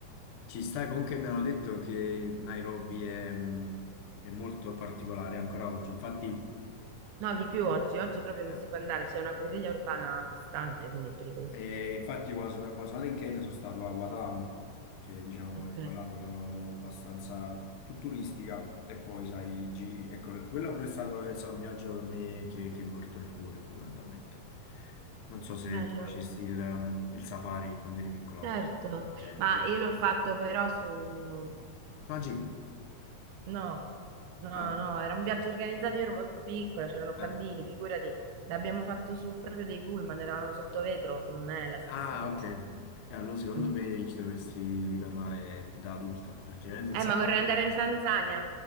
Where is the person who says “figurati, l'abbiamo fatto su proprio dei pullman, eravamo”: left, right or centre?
Right